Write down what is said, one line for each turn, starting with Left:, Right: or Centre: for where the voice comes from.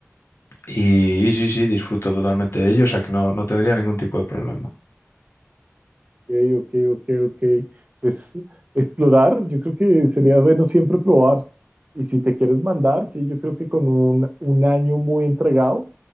Left: Y, y sí, sí, disfruto totalmente de ello, o sea que no, no tendría ningún tipo de problema.
Right: Ok, ok, ok, ok. Pues explorar, yo creo que sería bueno siempre probar. Y si te quieres mandar, sí, yo creo que con un, un año muy entregado